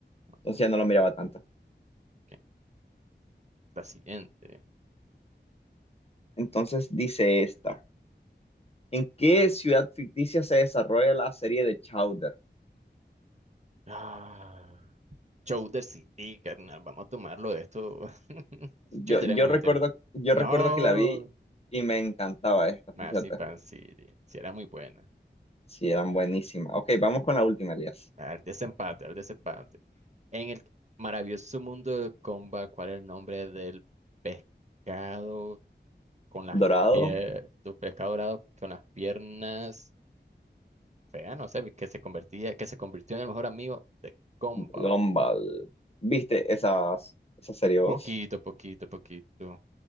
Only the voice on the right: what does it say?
Ok,
ok. La siguiente.
Ah, Chowder City, carnal. Vamos a tomarlo de esto. <laughs>
Yo diré
muy
interesante.
No.
Marzipan
City. Si era muy buena.
Al desempate, al desempate. En el maravilloso mundo de Comba, ¿cuál es el nombre del pescado con las
piernas, pescado dorado con las piernas feas? No sé, que se convertía, que se convirtió en el mejor amigo de Comba.
Poquito, poquito, poquito.